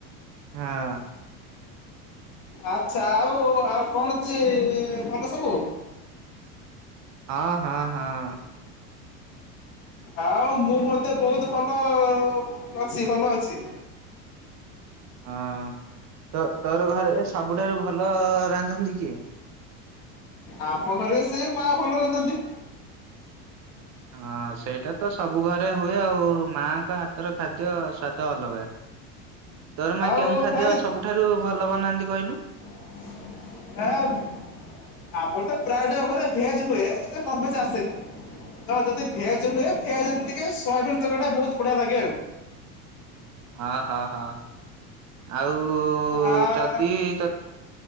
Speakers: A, on the right (about 40°); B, on the left (about 50°).
A: ହଁ।
B: ଆଛା ଆଉ ଆଉ କଣ ଚି ଭଲ ସବୁ।
A: ହଁ ହଁ ହଁ।
B: ଆଉ ମୁଁ ମଧ୍ଯ ବହୁତ ଭଲ
A: <inaudible>
B: ଅଛି ଭଲ ଅଛି।
A: ହଁ ତ ତୋର ଘରେ ସବୁଠାରୁ ଭଲ ରାନ୍ଧନ୍ତି କିଏ?
B: ଆମ ଘରେ ସେ ମା ଭଲରେ ରାନ୍ଧନ୍ତି।
A: ହଁ ସେଇଟା ତ ସବୁ ଘରେ ହୁଏ, ଆଉ ମାଆଙ୍କ ହାତର ଖାଦ୍ୟ ସ୍ଵାଦ ଅଲଗା। ତୋର ମା
B: ଆଉ
A: କେଉଁ ଖାଦ୍ୟ
B: ଭାଇ
A: ସବୁଠାରୁ ଭଲ ବନାନ୍ତି କହିଲୁ?
B: <unintelligible> ଆମର ତ ପ୍ରାୟ ଟ ଘରେ ଭେଜ ହୁଏ, <unintelligible> ନନଭେଜ ଆସେନି। ହଁ ଯଦି ଭେଜ ହୁଏ ଭେଜରେ ଟିକେ ସୋୟାବିନ ତରକାରୀ ଟା ବହୁତ ବଢିଆ ଲାଗେ ଆଉ।
A: ହଁ ହଁ ହଁ ଆଉ
B: ଆ
A: ଯଦି ତତେ